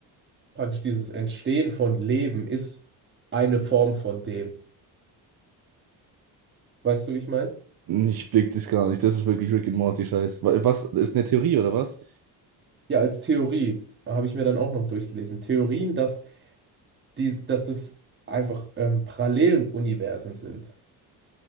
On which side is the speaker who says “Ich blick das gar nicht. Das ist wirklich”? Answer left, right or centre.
Right